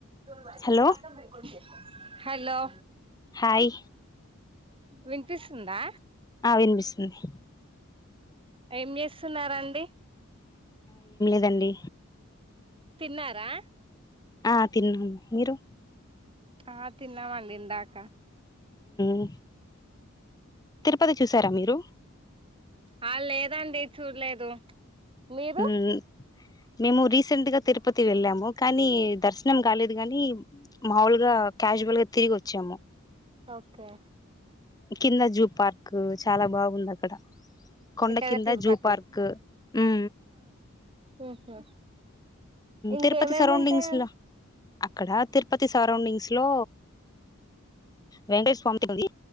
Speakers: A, on the right; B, on the left.
A: దో వారి
B: హలో
A: అంత బిల్కుల్ చే హెలో
B: హాయ్
A: విన్పిస్తుందా
B: విన్పిస్తుతుంది
A: అయ్ ఏం చేస్తున్నారండి
B: అదండి
A: తిన్నారా
B: ఆ తిన్నాను మీరు
A: ఆ తిన్నామండి ఇందాకా
B: మ్ తిరుపతి చూసారా మీరు
A: ఆ లేదండి చూడలేదు మీరు
B: ఉమ్ మేము రీసెంట్గా తిరుపతి వెళ్ళాము కానీ దర్శనం కాలేదు గాని మాములుగా క్యాజువల్ గా తిరిగి వచ్చాము
A: ఓకే
B: కింద జూ పార్క్ చాలా బాగుంది అక్కడ కొండ
A: ఇక్కడ
B: కింద
A: తిరుపతి
B: జూ పార్క్ ఉ
A: ఉ ఆ ఇంకేమేమి
B: తిరుపతి సరౌండింగ్స్
A: ఉంటాయా
B: లో అక్కడ తిరుపతి సరౌండింగ్స్ లో వెంకటేషస్వామిది ఉంది